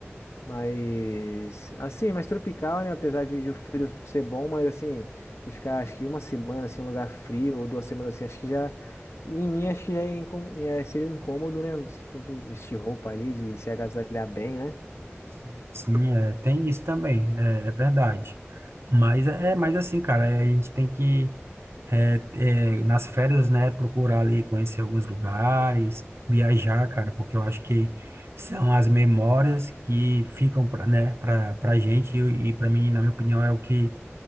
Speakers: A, on the left (about 70°); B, on the right (about 70°).
A: Mas, assim, mais tropical, né? Apesar de, de o frio ser bom, mas assim, de ficar acho que uma semana assim, em um lugar frio, ou duas semanas assim, acho que já. Em mim, acho que já é incô- é, seria um incômodo, né? Você Tanto vestir roupa ali, de se agasalhar bem, né?
B: Sim, sim, é, tem isso também, é, é verdade. Mas é, é mais assim, cara, é, a gente tem que é, é, nas férias, né, procurar ali conhecer alguns lugares, viajar, cara, porque eu acho que são as memórias que ficam, pra, né, para para gente e, e para mim, na minha opinião, é o que